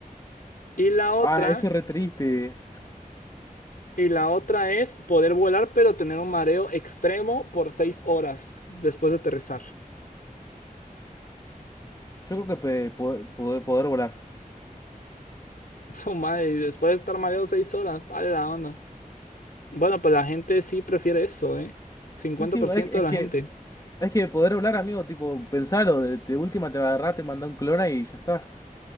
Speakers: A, on the left; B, on the left.
A: Y la otra,
B: Ah, ese es re triste.
A: y la otra es poder volar, pero tener un mareo extremo por seis horas después de aterrizar.
B: Yo creo que pe- poder, poder, poder volar.
A: <laughs> Su madre, y después de estar mareado seis horas, a la onda. Bueno, pues la gente sí prefiere eso, ¿eh? Cincuenta
B: Sí, sí,
A: por ciento
B: es, es
A: de la
B: que.
A: gente.
B: Es que poder volar, amigo, tipo, pensalo, de, de última te va a agarrar, te manda un clona y ya está.